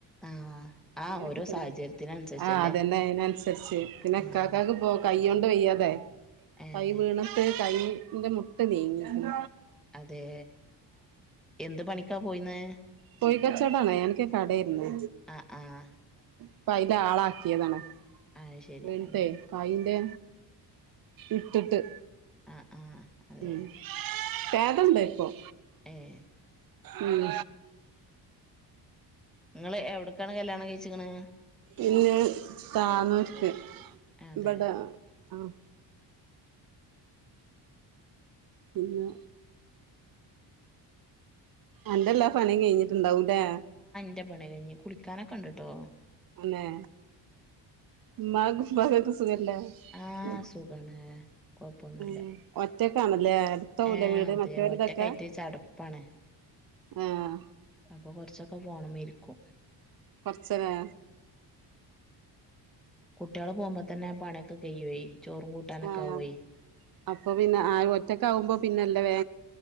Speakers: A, in the centre; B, on the right.
A: ആഹ് ആഹ്
B: അങ്ങനെയെക്കെന്നെ
A: ഓരോ സാഹചര്യത്തിനനുസരിച്ചല്ലേ
B: ആഹ് അതന്നെ അതിനനുസരിച്ച് പിന്നെ
A: ആഹ്
B: ഇക്കാക്ക് പോ കയ്യൊന്ന്. ത് വയ്യാതെ
A: ഏഹ്
B: കൈ വീണിട്ട് കൈയിന്റെ മുട്ട് നീങ്ങിയിക്ണ്.
A: അതെ എന്ത് പണിക്കാ പോയിന്നേ?
B: കോഴി കച്ചോടാണ് എനിക്ക് കടയാരുന്നു
A: ആഹ് ആഹ്
B: അപ്പ അയില് ആളാക്കിയതാണ്.
A: അത് ശരി
B: വീണിട്ടേ
A: അതെ
B: കയിന്റെ ഇട്ടിട്ട്.
A: ആഹ് ആഹ് അതെ
B: ഉം ഭേദണ്ടിപ്പം.
A: ഏഹ്
B: ഉം
A: നിങ്ങെളെ എവിടേക്കാണ് കല്യാണം കഴിച്ചിക്കെണ്?
B: എന്നെ താനൂർക്ക്
A: അതെ
B: ഇവെടെ. ആഹ് പിന്നെ എന്റെല്ലാ പണിയും കഴിഞ്ഞിട്ടുണ്ടാവുല്ലേ.
A: ന്റെ പണി കഴിഞ്ഞ്. കുളിക്കാനൊക്കെണ്ടുട്ടോ
B: അന്നെ. മ്മാകും വളയെക്കെ സ് സുഖല്ലേ?
A: ആഹ്
B: ഉം
A: സുഖാണ് കൊഴപ്പൊന്നുല്ല
B: ഉം ഒ ല്ലേ അടുത്ത കൊല്ലം
A: ഏഹ്
B: വീട്
A: അതെ
B: മറ്റവർക്കെക്കെ
A: ഒറ്റക്കായിട്ട് ചടപ്പാണ്
B: ഏഹ്
A: അപ്പ കൊറെച്ചെക്കെ പോണമിരിക്കും.
B: കൊറെച്ചനേ.
A: കുട്ടിള് പോമ്പോ തന്നെ പണിയൊക്കെ കയിയുവേ. ചോറും കൂട്ടാനൊക്കെ
B: ആഹ്
A: ആവ്വേ.
B: അപ്പൊ പിന്നെ ആരും ഒറ്റക്കാവുമ്പോ പിന്നെല്ല വേ